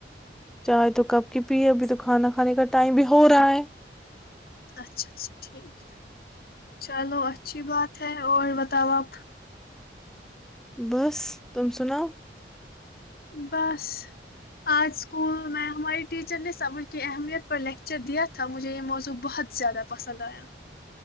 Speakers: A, in the centre; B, on the left.
A: چائے تو کپ کی پی ابھی تو کھانا کھانے کا ٹائم بھی ہو رہا ہے
B: اچھا اچھا ٹھیک چلو اچھی بات ہے اور بتاؤ آپ
A: بس تم سناؤ
B: بس آج اسکول میں ہماری ٹیچر نے صبر کی اہمیت پر لیکچر دیا تھا مجھے یہ موضوع بہت زیادہ پسند آیا